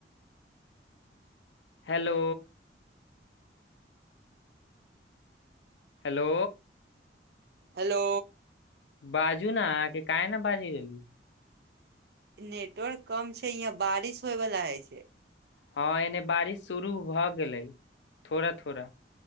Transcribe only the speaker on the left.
hello hello
बाजू नी क न बाजय रहली
हँ एने बारिश शुरू भऽ गेलै थोड़ा थोड़ा